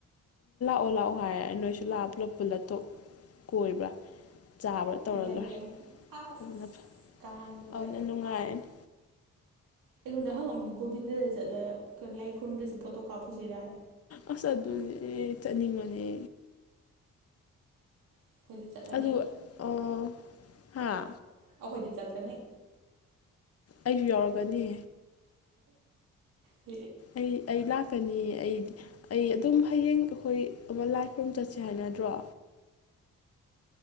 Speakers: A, on the left; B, on the right.
A: ꯑꯣ ꯂꯥꯛꯑꯣ ꯍꯥꯏꯔꯦ ꯅꯣꯏꯁꯨ ꯂꯥꯞ ꯄꯨꯂꯞ ꯄꯨꯜꯂꯞ ꯇꯣꯛ ꯀꯣꯏꯕ꯭ꯔꯥ ꯆꯥꯕ꯭ꯔꯥ ꯇꯧꯔ
B: ꯌꯥꯏ
A: ꯂꯣꯏꯅ
B: ꯀꯩ ꯑꯁ
A: ꯑꯗꯨꯅ ꯐꯩ
B: ꯀꯥꯡꯗꯨꯗ
A: ꯑꯗꯨꯗ ꯅꯨꯡꯉꯥꯏꯅꯤ
B: ꯑꯩꯉꯣꯟꯗ ꯍꯪꯉꯝꯃꯨꯀꯣ ꯒꯣꯕꯤꯟꯗ ꯆꯠꯂꯒ ꯂꯥꯏ ꯈꯨꯔꯨꯝꯗꯁꯨ ꯄꯣꯠꯇꯣ ꯀꯥꯞꯄꯨꯁꯤꯔꯦ
A: ꯑꯁ ꯑꯗꯨ ꯆꯅꯤꯡ ꯃꯅꯤ
B: ꯑꯩꯈꯣꯏꯗꯤ ꯆꯠꯂꯅꯤ
A: ꯑꯗꯨ ꯑ ꯍꯥꯥ
B: ꯑꯩꯈꯣꯏꯗꯤ ꯆꯠꯀꯅꯤ
A: ꯑꯩꯁꯨ ꯌꯥꯎꯔꯒꯅꯤ
B: ꯏ
A: ꯑꯩ ꯑꯩ ꯂꯥꯛꯀꯅꯤ ꯑꯩꯗꯤ ꯑꯩ ꯑꯗꯨꯝ ꯍꯌꯦꯡ ꯑꯩꯈꯣꯏ ꯑꯃ ꯂꯥꯏ ꯈꯨꯔꯨꯝ ꯆꯠꯁꯦ ꯍꯥꯏꯅꯗ꯭ꯔꯣ